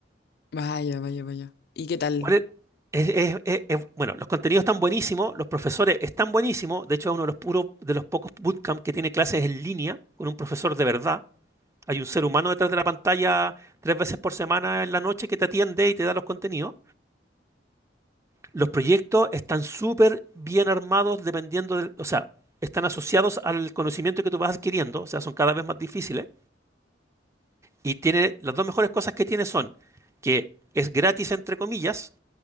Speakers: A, on the left (about 60°); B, on the right (about 15°).
A: Vaya, vaya, vaya. ¿Y qué tal?
B: ¿Cuál es? es- es- es- es- bueno, los contenidos están buenísimos, los profesores están buenísimos. De hecho, es uno de los, puros, de los pocos bootcamp que tiene clases en línea con un profesor de verdad. Hay un ser humano detrás de la pantalla tres veces por semana en la noche que te atiende y te da los contenidos. Los proyectos están súper bien armados dependiendo del, o sea, están asociados al conocimiento que tú vas adquiriendo, o sea, son cada vez más difíciles. Y tiene, las dos mejores cosas que tiene son que es gratis, entre comillas,